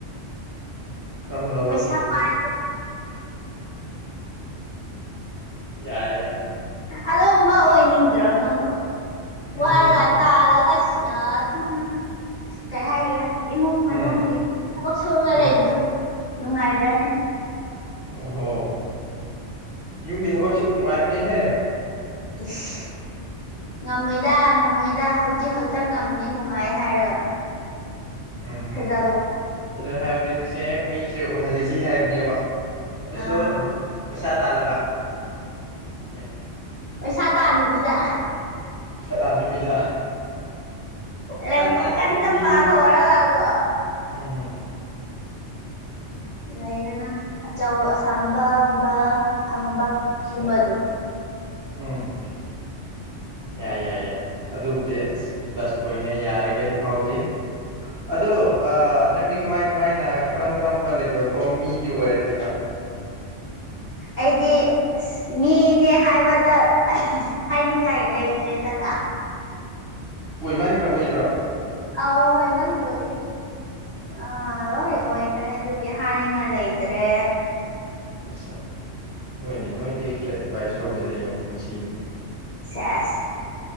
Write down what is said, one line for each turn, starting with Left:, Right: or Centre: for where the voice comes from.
Right: ꯀꯔꯝꯕꯅꯣꯕ
Left: ꯄꯩꯁꯥ
Right: ꯂꯩꯔꯤꯁꯦ
Left: ꯄꯥꯏ
Right: ꯌꯥꯏ ꯌꯥꯏ
Left: ꯑꯗꯨꯕ ꯑꯣꯏꯅꯤꯡꯗ꯭ꯔꯣ ꯅꯪꯗꯣ ꯋꯥꯔꯒ
Right: ꯎꯝꯍꯨꯝ
Left: ꯇꯥꯜꯂꯒ ꯑꯗꯨꯝ ꯀꯩ ꯍꯥꯏꯒꯦꯔꯥ ꯏꯃꯨꯡ ꯃꯅꯨꯡꯒꯤ
Right: ꯎꯝ
Left: ꯊꯕꯛ ꯁꯨꯔꯒ
Right: ꯎꯝ
Left: ꯂꯩꯕꯗꯨ ꯅꯨꯡꯉꯥꯏꯕ꯭ꯔꯥꯅꯤ
Right: ꯑꯣ ꯍꯣ ꯌꯨꯝꯒꯤ ꯊꯕꯛꯁꯨ ꯅꯨꯡꯉꯥꯏꯕꯅꯦꯍꯦ
Left: ꯏꯁ ꯉꯝꯃꯣꯏꯗ ꯉꯝꯃꯣꯏꯗ ꯍꯧꯖꯤꯛ ꯈꯛꯇ
Right: ꯑꯠꯁꯥ
Left: ꯉꯝꯃꯦꯅꯨꯡ ꯥꯏ ꯍꯥꯏꯔꯒ
Right: ꯎꯝꯍꯝ
Left: ꯊꯥꯖꯕ ꯋꯥꯠꯂꯤ
Right: ꯑꯗꯨꯅ ꯍꯥꯏꯕꯗ ꯍꯧꯖꯤꯛꯁꯦ ꯃꯤꯁꯦ ꯑꯣꯏꯍꯜꯂꯁꯤ ꯍꯥꯏꯕꯅꯦꯕ ꯑꯗꯨꯁꯨ
Left: ꯑꯥ
Right: ꯄꯩꯁꯥ ꯇꯥꯜꯂꯒ ꯑꯦ
Left: <inaudible> ꯄꯩꯁꯥ ꯇꯥꯟꯅꯕꯤꯗ
Right: ꯁꯥ ꯇꯥꯟꯅꯕꯤꯗ ꯄꯩꯁꯥ
Left: ꯂꯥꯏꯔꯤꯛ
Right: ꯇ ꯑꯗ
Left: ꯀꯟꯅ
Right: ꯄ ꯃꯤꯗꯤ
Left: ꯄꯥꯊꯣꯛꯔꯒꯀꯣ
Right: ꯎꯝꯝ
Left: ꯂꯩꯗꯅ ꯑꯆꯧ ꯑꯁꯥꯡꯕꯒꯨꯝꯕ ꯐꯪꯕ
Right: ꯑꯆꯥ
Left: ꯒꯨꯝꯕꯗꯣ
Right: ꯎꯝ ꯌꯥꯏ ꯌꯥꯏ ꯌꯥꯏ ꯑꯗꯨꯕꯨꯗꯤ ꯑꯁ ꯄ꯭ꯂꯁ ꯄꯣꯏꯅꯦ ꯌꯥꯔꯒꯦ ꯑꯗꯨꯐꯥꯎꯗꯤ ꯑꯗꯣ ꯑ ꯅꯪꯗꯤ ꯀꯃꯥꯏ ꯀꯃꯥꯏꯅ ꯀꯔꯝ ꯀꯔꯝꯕ ꯂꯦꯚꯦꯜ ꯐꯥꯎ ꯃꯤꯗꯤ ꯑꯣꯏꯔꯒꯦꯗꯣ
Left: ꯑꯩꯗꯤ ꯑꯁ ꯃꯤꯅꯦ ꯍꯥꯏꯕꯗ ꯑꯩ ꯍꯥꯏꯅꯤꯡꯉꯥꯏ ꯂꯩꯇ꯭ꯔꯦꯗꯅ
Right: ꯑꯣꯏꯃꯟꯈ꯭ꯔꯕ ꯏꯔꯣ
Left: ꯑꯥꯎ ꯍꯦꯃꯟꯕꯣꯜꯂꯤ ꯑꯥ ꯂꯣꯏ ꯑꯣꯏꯈꯔꯦ ꯑꯗꯨꯒꯤ ꯍꯥꯏꯅꯤꯡꯉꯥꯏ ꯂꯩꯇ꯭ꯔꯦ
Right: ꯑꯠ ꯍꯣꯏꯅꯦ ꯅꯣꯏꯗꯒꯤ ꯈꯔ ꯑꯦꯗꯚꯥꯏꯁ ꯂꯧꯗꯔꯤ ꯌꯦꯡꯉꯣ ꯄꯨꯟꯁꯤꯁꯦ
Left: ꯁꯦꯁ